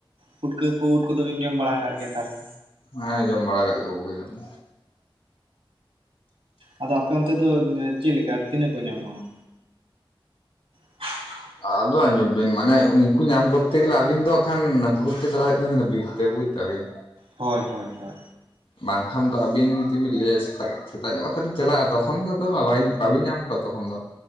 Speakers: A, on the right (about 85°); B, on the left (about 80°).
A: ᱯᱩᱴᱠᱟᱹ ᱠᱚ ᱩᱫ ᱠᱚᱫᱚ ᱵᱤᱱ ᱡᱚᱢ ᱵᱟᱲᱟ ᱟᱠᱟᱫ ᱜᱮᱭᱟ ᱛᱟᱦᱚᱞᱮ
B: ᱦᱮᱸ ᱡᱚᱢ ᱵᱟᱲᱟ ᱠᱟᱜ ᱜᱮ ᱵᱳᱜᱮ ᱠᱟᱛᱮ
A: ᱟᱫᱚ ᱟᱯᱮ ᱚᱱᱛᱮ ᱫᱚ ᱪᱮᱫᱞᱮᱠᱟ ᱛᱤᱱᱟᱹᱜ ᱠᱚ ᱧᱟᱢᱚᱜᱼᱟ <inaudible>
B: ᱟᱫᱚ ᱟᱸᱡᱚᱢ ᱵᱤᱱ ᱢᱟᱱᱮ ᱩᱱᱠᱩ ᱧᱟᱢ ᱠᱚᱛᱮ ᱜᱮᱞᱮ ᱟᱹᱵᱤᱱ ᱫᱚ ᱠᱷᱟᱱ ᱵᱷ <unintelligible> ᱛᱮ ᱪᱟᱞᱟᱣ ᱦᱩᱭᱩᱜ ᱛᱟᱵᱤᱱᱟ ᱵᱤᱨᱛᱮ ᱵᱩᱡᱽ ᱫᱟᱵᱤᱱ
A: ᱦᱚᱭ ᱦᱚᱭ ᱦᱚᱭ
B: ᱵᱟᱝᱠᱷᱟᱱ ᱫᱚ ᱟᱹᱵᱤᱱ ᱡᱩᱫᱤ ᱵᱤᱱ ᱞᱟᱹᱭᱟ ᱥᱮᱛᱟᱜ ᱥᱮᱛᱟᱜ ᱧᱚᱜ ᱠᱟᱛᱮ ᱞᱤᱧ ᱪᱟᱞᱟᱜᱼᱟ ᱛᱚᱠᱷᱚᱱ ᱫᱚ ᱟᱫᱚ ᱵᱟᱹᱵᱤᱱ ᱧᱟᱢ ᱠᱚᱣᱟ ᱛᱚᱠᱷᱚᱱ ᱫᱚ